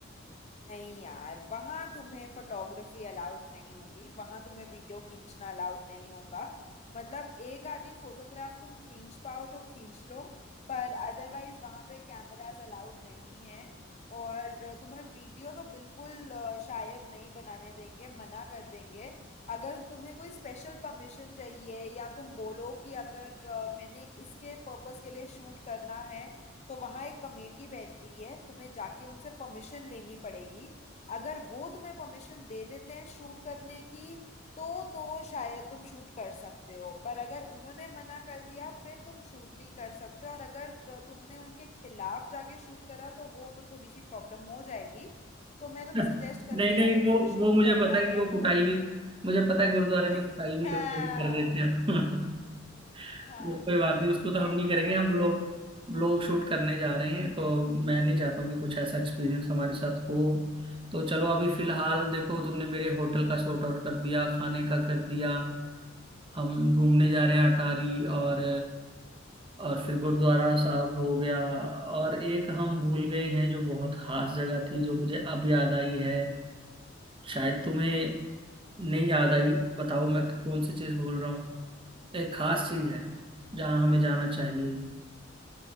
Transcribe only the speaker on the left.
नहीं यार वहां तुम्हें फोटोग्राफी अलाउड नहीं होगी वहां तुम्हें वीडियो खींचना अलाउड नहीं होगा मतलब एक आधी फोटोग्राफ तुम खींच पाओ तो खींच लो पर अदरवाइज वहां पे कैमरास अलाउड नहीं है और तुम्हें वीडियो तो बिल्कुल अ, शायद नहीं बनाने देंगे मना कर देंगे अगर तुम्हें कोई स्पेशल परमिशन चाहिए या तुम बोलो कि अगर अ, मैंने इसके पर्पस के लिए शूट करना है तो वहां एक कमेटी बैठती है तुम्हें जाके उनसे परमिशन लेनी पड़ेगी अगर वो तुम्हें परमिशन दे देते हैं शूट करने की तो तो शायद तुम शूट कर सकते हो पर अगर उन्होंने मना कर दिया फिर तुम शूट नहीं कर सकते और अगर तुमने उनके खिलाफ जाके शूट करा तो वो तो थोड़ी सी प्रॉब्लम हो जाएगी तो मैं
तुम्हें
सजेस्ट करूंगी
अगर तुमने
शूट
करना
ही
है
तो
<laughs>
हाँ
हाँ
तुम
बिल्कुल
पॉइंट
पे
पहुंचे